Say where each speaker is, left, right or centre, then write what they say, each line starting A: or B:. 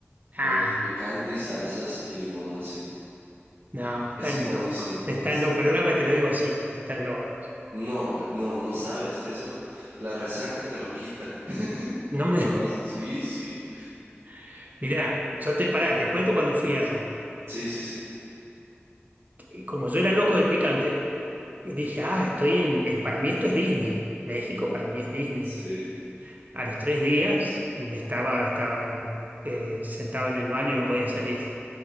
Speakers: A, on the right; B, on the right.
A: Ah,
B: eh, picante y salsas y limón así.
A: no, están
B: Es buenísimo.
A: locos. Están
B: Es
A: locos, perdóname, te lo digo así, están locos.
B: no, eh, no, no sabes eso. La resaca te lo quita. <laughs>
A: No me...
B: Con más, sí, sí,
A: <laughs> Mirá, yo te pará, te cuento cuando fui allá.
B: sí, sí, sí,
A: que Como yo era loco del picante, dije, ah, estoy en... eh, para mí esto es Disney. México para mí es Disney.
B: sí,
A: A los tres días me estaba, estaba eh, sentado en el baño y no podía salir